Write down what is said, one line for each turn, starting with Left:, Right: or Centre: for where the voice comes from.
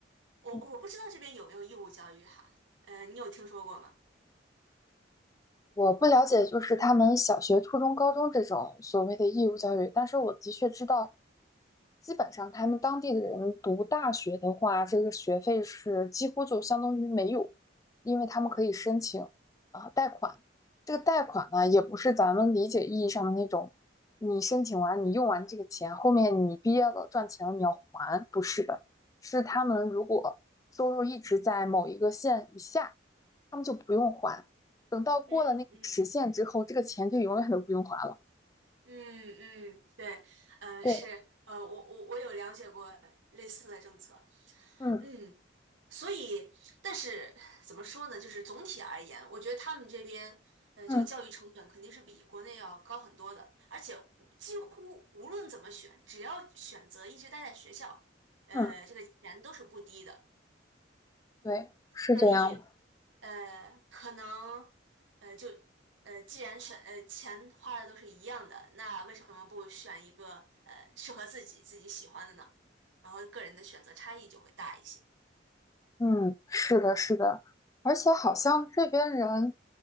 Right: 我我不知道这边有没有义务教育哈，
Left: 嗯
Right: 呃，你有听说过吗？
Left: 我不了解，就是他们小学、初中、高中这种所谓的义务教育，但是我的确知道，基本上他们当地的人读大学的话，这个学费是几乎就相当于没有，因为他们可以申请啊、呃贷款。这个贷款呢，也不是咱们理解意义上的那种，你申请完你用完这个钱，后面你毕业了赚钱了你要还，不是的，是他们如果收入一直在某一个线以下，他们就不用还。等到过了那个时限之后，
Right: 嗯嗯，
Left: 这个钱就永远都不用还了。
Right: 嗯嗯，对，呃，
Left: 对，
Right: 是，呃，我我我有了解过类似的政策，
Left: 嗯
Right: 嗯，所以，但是怎么说呢？就是总体而言，我觉得他们这边，呃，这个教育成本肯定是比国内要高很多的，
Left: 嗯
Right: 而且无几乎无论怎么选，只要选择一直待在学校，呃，
Left: 嗯，
Right: 这个钱都是不低的。
Left: 对，是这样。
Right: 所以，呃，可能，呃，就，呃，既然选，呃，钱花的都是一样的，那为什么不选一个，呃，适合自己自己喜欢的呢？然后个人的选择差异就会大一些。
Left: 嗯，是的，是的，而且好像这边人，